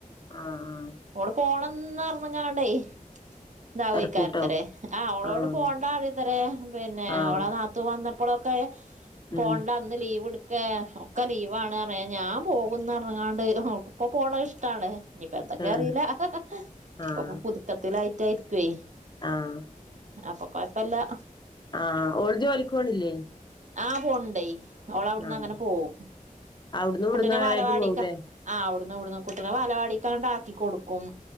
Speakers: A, on the left (about 30°); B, on the right (about 60°).
A: ആഹ് ആഹ്
B: ഓള് പോണംന്ന് അറിഞ്ഞ്ങ്ങാണ്ടെയ് ണ്ടാവ്യയ്കാരത്രെ
A: തെരക്കൂട്ടാവും
B: ആ ഓളോട്
A: ആഹ്
B: പോണ്ടാ റ്യത്തത്രെ പിന്നെ
A: ആഹ്
B: ഓളെ ന നാത്തൂ വന്നപ്പളൊക്കെ പോണ്ടാ
A: ഉം
B: ന്ന് ലീവ് എടുക്ക ഒക്കെ ലീവാണ്റ്യാ ഞാൻ പോവുംന്നറഞ്ങ്ങാണ്ട് ഇപ്പൊ പോണ ഇഷ്ടാണ്. ഞ്ഞ്പ്പത്തക്വാറീലാ
A: ആഹ്
B: ഹഹഹ്
A: ആഹ്
B: ഒക്കെ പുതുക്കത്തിലായിട്ടായിരുക്കേ..
A: ആഹ്
B: അപ്പൊ കൊയപ്പല്ലാ.
A: ആഹ് ഓള് ജോലിക്കോണില്ലേ?
B: ആ പോണ് ണ്ടേയ് ഓളവിടുന്ന്
A: ആഹ്
B: അങ്ങനെ പോവും
A: അവിടന്നും ഇവിടന്നും
B: കുട്ടിനെ
A: അങ്ങനായിട്ട്
B: വാലവാടിക്ക
A: പോവുലേ
B: ആ അവുടുന്നുംവ്ട്ന്നും കുട്ടിനെ ബാലവാടിക്കാണ്ടാക്കി കൊടുക്കും..